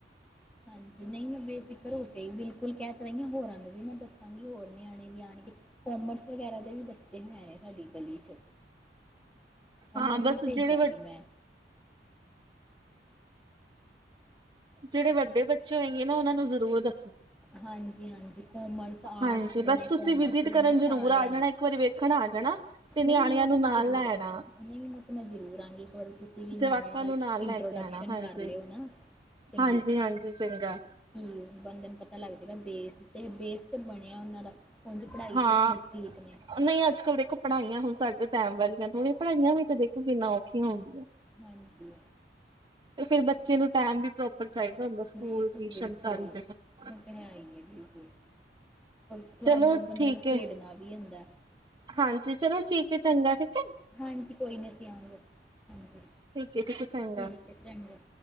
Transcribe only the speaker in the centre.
ਹਾਂਜੀ ਨਹੀਂ ਮੈਂ ਬੇਫਿਕਰ ਹੋ ਕੇ ਹੀ ਬਿਲਕੁਲ ਕਹਿ ਕਰ ਰਹੀ ਹਾਂ ਹੋਰਾਂ ਦੇ ਵੀ ਮੈਂ ਦੱਸਾਂਗੀ ਹੋਰ ਨਿਆਣੇ ਵੀ ਯਾਨ ਕਿ ਕੋਮਰਸ ਵਗੈਰਾ ਦੇ ਵੀ ਬੱਚੇ ਹੈ ਨੇ ਸਾਡੀ ਗਲੀ ਚ ਉਹਨਾਂ
ਨੂੰ
ਵੀ ਭੇਜਾਂਗੀ
ਮੈਂ
ਹਾਂਜੀ ਹਾਂਜੀ ਕੋਮਰਸ ਆਰਟਸ
ਦੇ ਨੇ
ਕੋਮਰਸ
ਦੇ
ਨੇ
ਸਾਰੇ
ਨੇ
ਨਹੀਂ ਨਹੀਂ ਉਹ
ਤੇ ਮੈਂ
ਜ਼ਰੂਰ
ਨਹੀਂ ਉਹ ਤੇ ਮੈਂ ਜ਼ਰੂਰ ਆਾਂਗੀ ਇੱਕ ਵਾਰੀ ਤੁਸੀਂ ਵੀ ਨਿਆਣਿਆਂ
ਨਾਲ
ਇੰਟਰੋਡਕਸ਼ਨ
ਕਰ ਲਿਓ ਨਾ ਤੇ
ਕੀ ਬੰਦੇ ਨੂੰ ਪਤਾ ਲੱਗਦਾਗਾ ਬੇਸ ਤੇ ਬੇਸ ਤੇ ਬਣਿਆ ਉਹਨਾਂ ਦਾ ਉਝ ਪੜ੍ਹਾਈ
ਚ ਠੀਕ ਠੀਕ ਨੇ
ਹਾਂਜੀ
ਬਿਲਕੁਲ
ਬਿਲਕੁਲ
ਉਹ ਤਾਂ ਹੈ ਹੀ ਹੈ ਬਿਲਕੁਲ ਔਰ ਥੋੜ੍ਹਾ
ਬਹੁਤ ਬੰਦੇ
ਨੂੰ
ਖੇਡਣਾ ਵੀ ਹੁੰਦਾ
ਹਾਂਜੀ ਕੋਈ ਨਹੀਂ ਸੀ ਆਉਂਗੇ। ਹਾਂਜੀ
ਠੀਕ ਹੈ ਚੰਗਾ